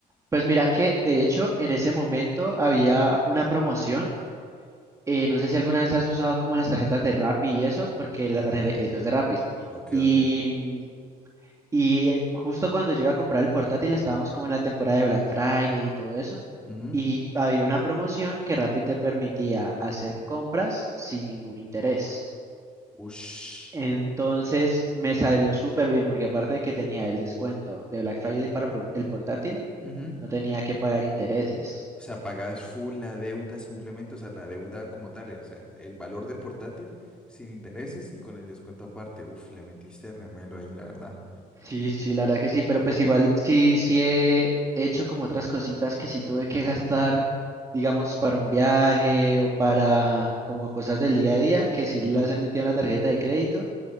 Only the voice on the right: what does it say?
Pues mira que de hecho en ese momento había una promoción. eh, no sé si alguna vez has usado como las tarjetas de Rappi y eso, porque la tarjeta de crédito es de Rappi.
Y,
mm, y en- justo cuando yo iba a comprar el portátil estábamos como en la temporada de Black Friday y todo eso.
Y había una promoción que Rappi te permitía hacer compras sin ningún interés.
Entonces me salió súper bien porque aparte de que tenía el descuento de Black Friday para por- el portátil,
no tenía que pagar intereses.
Sí, sí, la verdad que sí, pero pues igual sí, sí he hecho como otras cositas que sí tuve que gastar, digamos, para un viaje o para como cosas del día a día, que sí
las he metido en la tarjeta de crédito